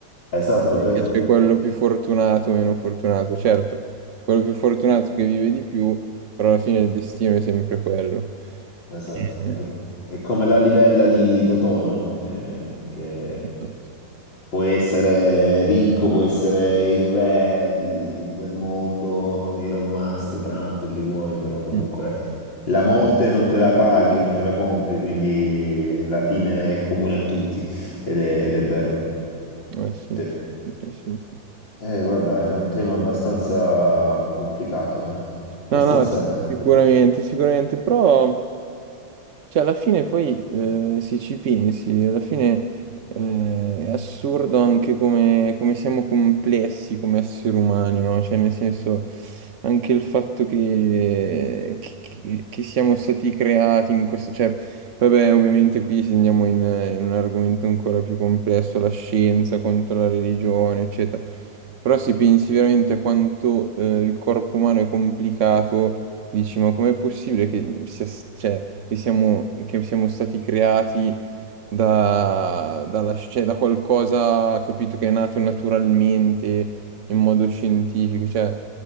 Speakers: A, on the left; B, on the right.
A: Esatto,
B: Che
A: eh,
B: c'è quello più fortunato, meno fortunato, certo, c'è quello più fortunato che vive di più, però alla fine il destino è sempre quello.
A: Esatto,
B: Eh, Eh,
A: è, è come la livella di Totò, no? Eh, che
B: esatto.
A: può essere ricco, può essere il re di- del mondo, Elon Musk, Trump, chi vuoi, però comunque
B: Mm.
A: la morte non te la paghi, non te la compri, quindi la fine è comune a tutti ed è, ed è vero.
B: eh sì,
A: Sì.
B: eh sì.
A: Eh, guarda, è un tema abbastanza complicato, eh? Abbastanza
B: No, no, sicuramente, sicuramente, però. Cioè, alla fine poi, eh, se ci pensi, alla fine eh, è assurdo anche come, come siamo complessi come esseri umani, no? Cioè, nel senso, anche il fatto che, che- che- che siamo stati creati in questo... Cioè, vabbè, ovviamente qui se andiamo in, in un argomento ancora più complesso, la scienza contro la religione, eccetera. Però se pensi veramente a quanto eh, il corpo umano è complicato Dici, ma com'è possibile che sia, cioè, che siamo, che siamo stati creati da, dalla sci- cioè, da qualcosa, capito, che è nato naturalmente, in modo scientifico? Cioè,